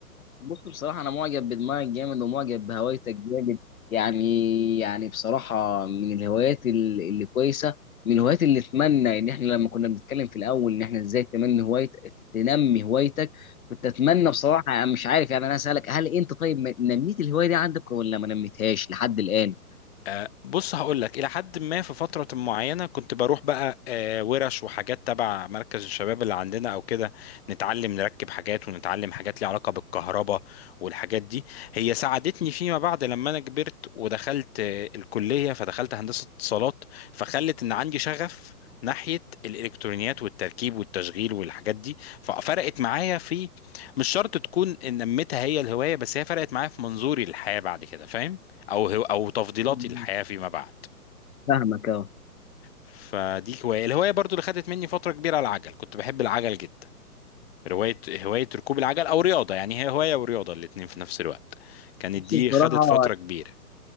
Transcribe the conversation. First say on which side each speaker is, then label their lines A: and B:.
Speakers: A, on the left; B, on the left.
A: بص بصراحة أنا معجب بدماغك جامد ومعجب بهوايتك جامد يعني يعني بصراحة من الهوايات ال- اللي كويسة من الهوايات اللي أتمنى إن إحنا لما كنا بنتكلم في الأول إن إحنا إزاي تنمي هوايتك تنمي هوايتك كنت أتمنى بصراحة أنا مش عارف يعني أنا أسألك هل أنت طيب م- نميت الهواية دي عندك ولا ما نميتهاش لحد الآن؟
B: آه، بص هقول لك الى حد ما في فتره معينه كنت بروح بقى آه، ورش وحاجات تبع مركز الشباب اللي عندنا او كده نتعلم نركب حاجات ونتعلم حاجات ليها علاقه بالكهرباء والحاجات دي هي ساعدتني فيما بعد لما انا كبرت ودخلت آه، الكليه فدخلت هندسه اتصالات فخلت ان عندي شغف ناحية الإلكترونيات والتركيب والتشغيل والحاجات دي ففرقت معايا في مش شرط تكون إن نميتها هي الهواية بس هي فرقت معايا في منظوري للحياة بعد كده فاهم؟ او هو او تفضيلاتي
A: مم.
B: للحياه فيما بعد
A: فاهمك أه
B: فدي هوايه الهوايه برضو اللي خدت مني فتره كبيره العجل كنت بحب العجل جدا روايه هوايه ركوب العجل او رياضه يعني هي هوايه ورياضه الاتنين في نفس الوقت كانت
A: بص
B: دي
A: بصراحة
B: خدت فتره كبيره